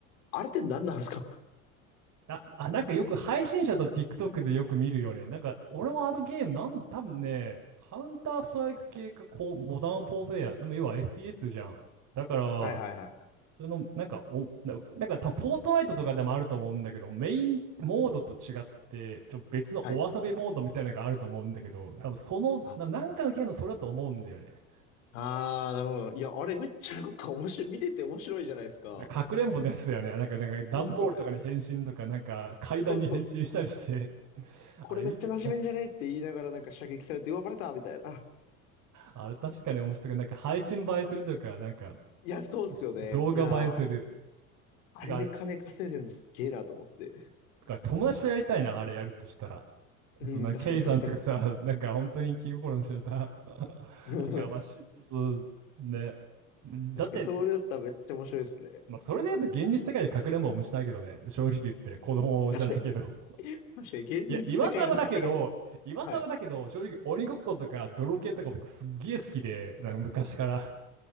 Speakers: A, on the left; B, on the right.
A: あれって何なんですか <laughs>
B: あ、あ、なんかよく配信者と TikTok でよく見るよね。なんか俺はあのゲーム、なん、多分ね、カウンターストライク系か、こう、モダンポーフェア。でも要は FPS じゃん。だから、
A: はいはいはい
B: その、なんかお、な、なんかた、フォートナイトとかでもあると思うんだけど、メインモードと違って、ちょ、別のお遊びモードみたいなのがあると思うんだけど、
A: はい。はい。
B: 多分その、
A: あ、
B: な、なんかのゲームのそれだと思うんだよね。
A: あー、なるほど。いや、あれめっちゃなんか面白い、見てて面白いじゃないですか。
B: かくれんぼですよね。なんか、なんか、段ボールとかに変身とか、
A: そうっすよね。
B: なんか、階段に変身したりして、
A: そうそうっす。
B: <laughs>
A: これめっちゃ馴染めんじゃねって言いながらなんか射撃されて、
B: あれ見てて確かに、
A: うわ、バレたみたいな。あ
B: あれ確かに面白い。なんか、配信映えするとか、なんか、
A: いや、そうっすよね。
B: し動画映えする。
A: いやー、あれで金稼いでるのすっげえなと思って。
B: てか、あれ、てか、友達とやりたいな、あれやるとしたら。
A: うん、
B: そんな、
A: <laughs> 確かに確かに。
B: ケイさんとかさ、なんか、本当に気心の知れた <laughs>
A: <laughs>
B: なんか、まあ、し、そう、ね。だって、
A: 確かに、それだったらめっちゃ面白いですね。
B: まあ、それで言うと、現実世界でかくれんぼもしたいけどね。正直言って、子供じゃないけど。
A: 確かに、確かに、現実世界のかくれんぼ。
B: いや、今更だけど、今更だけど、
A: はい。
B: 正直鬼ごっことか泥系とか僕すっげえ好きで、なんか昔から。